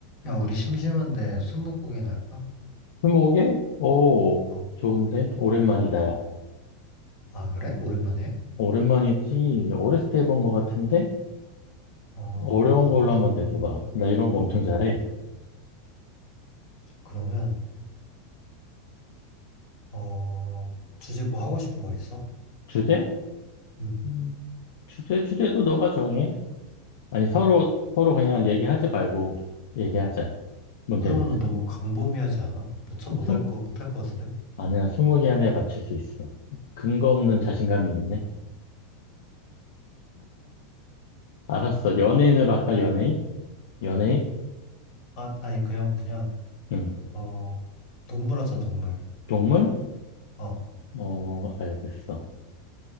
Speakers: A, on the left (about 55°); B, on the left (about 75°).
A: 야, 우리 심심한데 스무고개나 할까?
B: 스무고개? 오,
A: 어.
B: 좋은데? 오랜만이다, 야.
A: 아, 그래? 오랜만에?
B: 오랜만이지. 어렸을 때 해본 것 같은데?
A: 어,
B: 어려운
A: 아,
B: 걸로
A: 그러면,
B: 한번 내줘봐. 나 이런 거 엄청 잘해.
A: 그러면, 어, 주제 뭐 하고 싶은 거 있어?
B: 주제?
A: 응.
B: 음, 주제, 주제도 너가 정해. 아니, 서로, 서로 그냥 얘기하지 말고 얘기하자. 문제
A: 그러면은
B: 내자.
A: 너무 광범위하지 않아? 못, 쳐, 못할
B: 스-
A: 거, 못할 것 같은데?
B: 아니야, 스무 개 안에 맞출 수 있어. 근거 없는 자신감이 있네. 알았어. 연예인으로 할까, 연예인? 연예인?
A: 아, 아니, 그냥, 그냥,
B: 응.
A: 어, 동물 하자, 동물.
B: 동물?
A: 어,
B: 어, 알겠어.